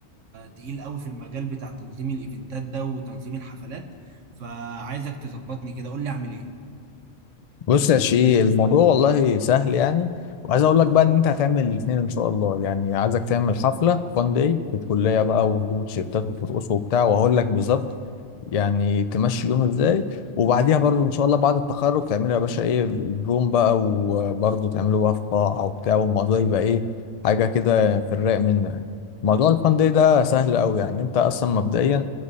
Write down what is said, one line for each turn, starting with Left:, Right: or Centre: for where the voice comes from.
Right: تقيل قوي في المجال بتاع تنظيم الايفنتات ده وتنظيم الحفلات فعايزك تظبطني كده قول لي اعمل ايه
Left: بص يا شيء الموضوع والله سهل يعني وعايز اقول لك بقى ان انت هتعمل الاثنين ان شاء الله يعني عايزك تعمل حفله فان داي في الكليه بقى وتجيبوا تيشيرتات وترقصوا وبتاع وهقول لك بالظبط يعني تمشي اليوم ازاي وبعديها برضو ان شاء الله بعد التخرج تعملوا يا باشا ايه البروم بقى وبرضو تعملوا بقى في قاعه وبتاع والموضوع يبقى ايه حاجه كده في الرايق منه يعني موضوع الفان داي ده سهل قوي يعني انت اصلا مبدئيا